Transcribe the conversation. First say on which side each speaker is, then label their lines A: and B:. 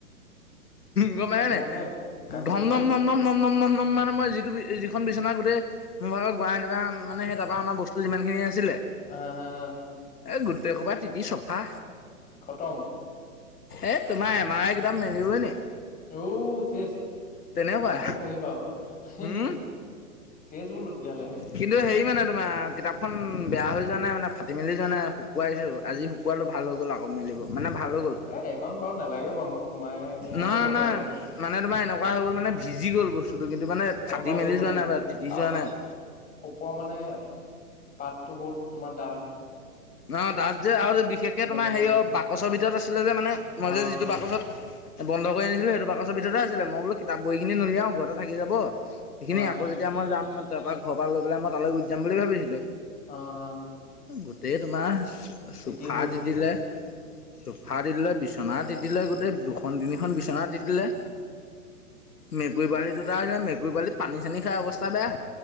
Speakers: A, on the left; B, on the left.
A: গম পাইছে
B: কালি
A: নাই?
B: মানে কালি
A: ধম
B: মানে
A: ধ নম নম নম নম নম নম মানে মই যিটো যিখন বিচনা গোটেই মইও গুৱাহাটি পা মানে সে তাপা আনা বস্তু যিমান খিনি আছিলে।
B: <unintelligible>
A: এই গোটেই সোপা তিতি চফা।
B: খটম।
A: এই তোমাৰ এম আৰ আই কিতাপ মেলিবই নি।
B: এউ সেছ।
A: তেনেকুৱা
B: ভালকে পঢ়িবা আৱ।
A: হম
B: চেজ বোলো তেতিয়াহ'লে।
A: কিন্তু হেৰি মানে তোমাৰ কিতাপখন বেয়া হৈ যোৱা নাই মানে ফাটি মেলি যোৱা নাই শুকুৱাইছো। আজি শুকুৱালো ভাল হৈ গ'ল আকৌ মেলিব। মানে ভাল হৈ
B: অ
A: গ'ল
B: এ এইখন বাও নেলাগে বাও মোক তোমাৰ, তোমাকে
A: নহয়
B: দৰকাৰ
A: নহয়
B: হ'ব।
A: মানে তোমাৰ এনেকুৱা হৈ গ'ল মানে ভিজি গ'ল বস্তুটো কিন্তু মানে
B: গম
A: ফাটি
B: পাইছো
A: মেলি
B: গম পাইছো
A: যোৱা নাই বা তিতি
B: আৰু
A: যোৱা নাই।
B: ওপৰ মানে পাতটো বহুত তোমাৰ দাঁঠ।
A: ন ডাঠ যে আৰু যে বিশেষকে
B: ইমান
A: তোমাৰ হেৰি
B: নহয়
A: অ বাকচ ভিতত আছিলে যে মানে, মই
B: অ
A: যে যিটো বাকচত বন্ধ কৰি আনিছিলো। সেইটো বাকচৰ ভিতৰতে আছিলে। মই বোলো কিতাপ বহীখিনি নুলিয়াও, ঘৰতে থাকি যাব সেইখিনি
B: অ
A: আকৌ যে এতিয়া মই যাম তাপা ঘপা লৈ পেলাই মই তালৈ গুচি যাম বুলি ভাবিছিলো।
B: অঁ অঁ
A: গোটেই তোমাৰ চোফা
B: তিতি হ'ল
A: দি দিলে, চোফা দি দিলে বিচনাত তিতিলে গোটেই দুখন তিনিখন বিচনা তিতিলে। মেকুৰী পোৱালি দুটা আহিলে মেকুৰী পোৱালি পানী চানী খাই অৱস্থা বেয়া।